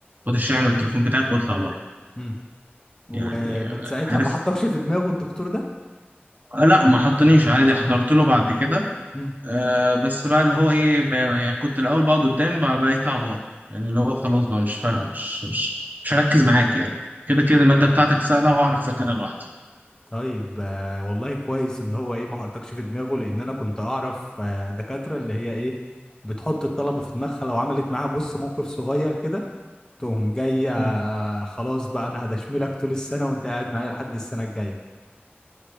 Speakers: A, on the right; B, on the left.
A: خد الشحن والتليفون بتاعك واطلع بره
B: مم.
A: يعني
B: ومن
A: آه،
B: ساعتها
A: عارف
B: ما حطكش في دماغه الدكتور ده
A: آه، لا ما حطنيش عادي حضرت له بعد كده
B: مم.
A: آه بس بقى اللي هو ايه ب- يعني كنت الاول بقعد قدام بقى بقيت اقعد ورا يعني اللي هو خلاص بقى مش فارقه مش مش مش هركز معاك يعني كده كده الماده بتاعتك سهله وهعرف اذاكرها لوحدي
B: طيب آه، والله كويس ان هو ايه ما حطكش في دماغه لان انا كنت اعرف آه، دكاتره اللي هي ايه بتحط الطلبه في دماغها لو عملت معاها بص موقف صغير كده تقوم جايه آه،
A: مم.
B: خلاص بقى انا هدشملك طول السنه وانت قاعد معايا لحد السنه الجايه